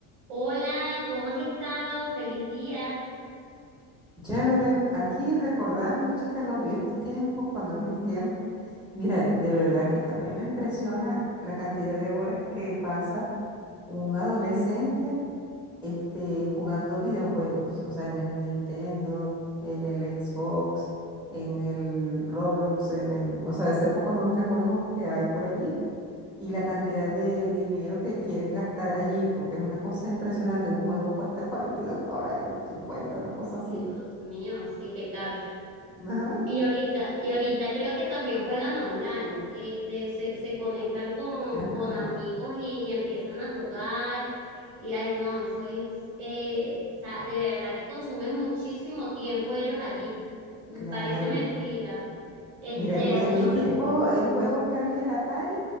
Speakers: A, on the right; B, in the centre.
A: Hola, ¿cómo has estado? Feliz día.
B: Chévere, aquí recordando, chicas, los viejos tiempos, cuando en mis tiempos. Mira, de
A: <laughs>
B: verdad que a mí me impresiona la cantidad de horas que pasa un adolescente este, jugando videojuegos, o sea, en el Nintendo, en el Xbox, en el Roblox, en el, o sea, ese poconón de juegos que hay por allí y la cantidad de dinero que quieren gastar allí, porque es una cosa impresionante. Un juego cuesta 42 dólares, cincuenta una cosa
A: Dios
B: así.
A: mío, sí, qué caro.
B: Ajá,
A: Y ahorita, y ahorita creo que también juegan online. Este, se, se conectan con,
B: ajá,
A: con amigos y, y empiezan a jugar. Y ay, no, eso es, eh, sa- de verdad que consumen muchísimo tiempo ellos allí. Mm,
B: claro.
A: Parece mentira. Este,
B: Mira, en mi,
A: a
B: en
A: uno,
B: mi tiempo
A: re-
B: el juego que había era Atari